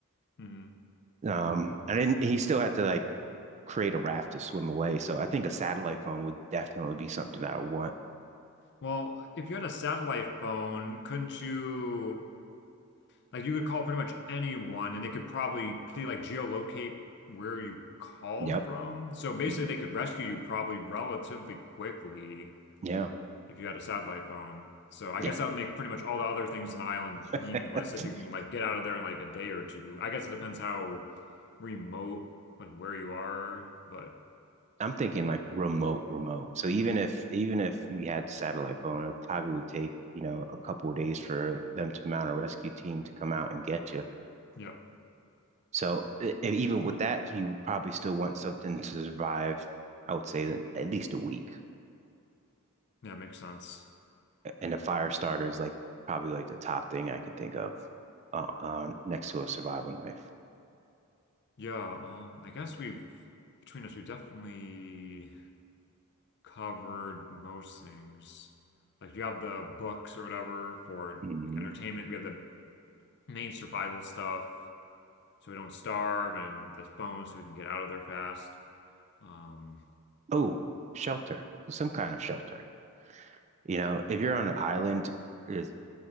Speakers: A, on the left (about 50°); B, on the right (about 30°).
A: mhm.
B: Um, and then he still had to like create a raft to swim away. So I think a satellite phone would definitely be something that I would want.
A: Well, if you had a satellite phone, couldn't you like you could call pretty much anyone, and they could probably could they, like geolocate where you called
B: Yep.
A: from? So basically,
B: Mm.
A: they could rescue you probably relatively quickly
B: Yeah.
A: if you had a satellite phone. So I
B: Yeah.
A: guess that would make pretty much all the other things in the island
B: <laughs>
A: meaningless if you can like get out of there in like a day or two. I guess it depends how remote like where you are, but
B: I'm thinking like remote, remote. So even if even if you had satellite phone, it probably would take, you know, a couple of days for them to mount a rescue team to come out and get you.
A: yeah,
B: So i- even with that, you would probably still want something to survive, I would say at least a week.
A: yeah, it makes sense.
B: And a fire starter is like probably like the top thing I can think of uh, uh, next to a survival knife.
A: Yeah, um, I guess we've between us, we definitely covered most things. Like you have the books or whatever for
B: Mhm.
A: like entertainment. We have the main survival stuff, so we don't starve, and the phones, so we can get out of there fast. Um,
B: Oh, shelter, some kind of shelter. You know, if you're on an island, it's-